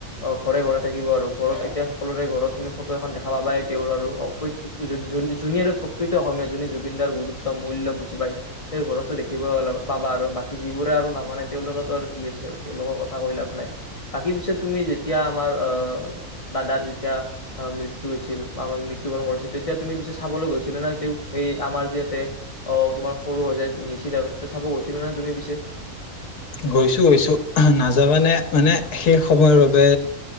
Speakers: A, on the left (about 25°); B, on the left (about 85°).
A: অ', ঘৰে ঘৰে থাকিব আৰু ঘৰত এতিয়া সকলোৰে ঘৰত তুমি ফটো এখন দেখা পাব পাই তেওঁৰ আৰু, পত্যক যুন আৰু প্ৰকৃত অসমীয়া যোনে জুবিনদাৰ গুৰুত্ব মূল্য বুজি পায়। তেওঁৰ ঘৰতটো দেখিব পাবা আৰু বাকী যিবোৰে আৰু নামানে তেওঁলোকেতো আৰু কি আছে আৰু তেওঁলোকৰ কথা কৈ লাভ নাই। বাকী পিছত তুমি যেতিয়া আমাৰ আহ দাদাৰ যেতিয়া মৃত্যু হৈছিল বা আ মৃত্যুকৰৰণ কৰিছিল, তেতিয়া তুমি পিছে চাবলৈ গৈছিলা নে? তেওঁ এই আমাৰ যিয়াতে অ', তোমাৰ সৰুসজাই নিছিলিলে আৰু তাতে চাব গৈছিলো নে তুমি পিছে?
B: গৈছো- গৈছো নাযাবানে মানে সেই সময়ৰ বাবে।